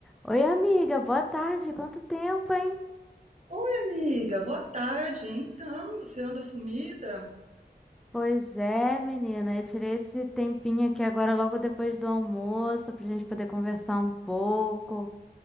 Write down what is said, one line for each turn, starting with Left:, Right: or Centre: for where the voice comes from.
Centre: Oi, amiga, boa tarde. Quanto tempo, hein?
Right: Oi, amiga, boa tarde. Então, você anda sumida?
Centre: Pois é, menina, eu tirei esse tempinho aqui agora logo depois do almoço pra gente poder conversar um pouco.